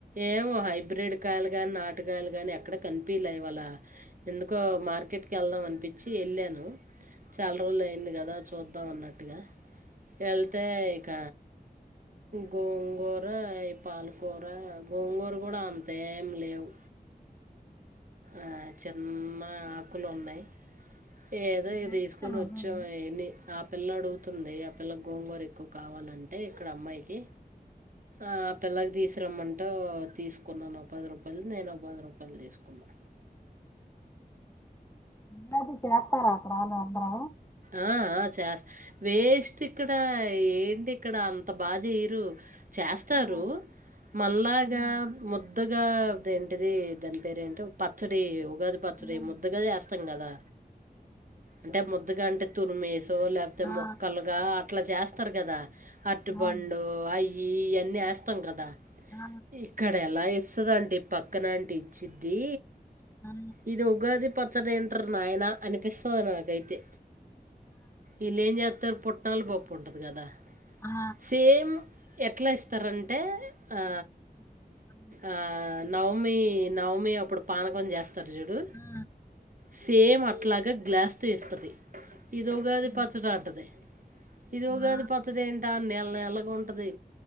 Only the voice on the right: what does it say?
ఏమో హై బ్రిడ్ కాయలు గాని నాటుకాయలు గాని ఎక్కడ కనిపిలే ఇవాళ ఎందుకో మార్కెట్ కేళ్దాం అనిపిించ చ్చి ఎళ్ళాను చాలా రోజులు అయింది కదా చూద్దాం అన్నట్టుగా వెళ్తే ఇక గోంగూర ఈ పాలకూర గోంగూర కూడా అంత ఏం లేవు ఆ చిన్న ఆకులు ఉన్నాయి ఏదో ఇక
తీసుకొని
వచ్చాం ఆయన్ని ఆ పిల్లాడు తుంది ఆ పిల్ల గోంగూర ఎక్కువ కావాలంటే ఇక్కడ అమ్మాయికి ఆ పిల్లకి తీసురమ్మంటూ తీసుకున్నాను ఒ పది రూపాయలుది నేను ఒక పది రూపాయలుది తీసుకున్నా
ఆ ఆ చేస్తా వేస్ట్ ఇక్కడ ఏంటి ఇక్కడ అంత బాగా చేయరు చేస్తారు
మల్లాగా
ముద్ ద్దగా ఏంటిది దాని పేరేంటి పచ్చడి ఉగాది పచ్చడి
ముద్దగా చేస్తాం కదా అంటే ముద్దుగా అంటే తురిమేసో లేకపోతే
ముక్కలుగా అట్లా చేస్తారు కదా అటిపండు
అయి ఇవన్నీ వేస్తాం కదా
ఇక్కడ ఎలా ఇస్తుదంటడి పక్కన అంటి ఇచ్చిద్ది
ఇది ఉగాది పచ్చడి ఏంట్ర నాయన అనిపిస్తది నాకైతే ఇళ్ళు ఏం చేస్తారు పుట్టనలు పప్పు ఉంటది కదా
సేమ్ ఎట్లా ఇస్తారంటే ఆ
ఆ నవమి నవమి అప్పుడు పానకం చేస్ స్తారు చూడు
సేమ్ అట్లాగా గ్లాస్ తో ఇస్తది ఇది ఉగాది
పచ్చడి అంటది ఇది ఉగాది
పచ్చడి ఏంట నీళ్ల నీళ్లగా ఉంటది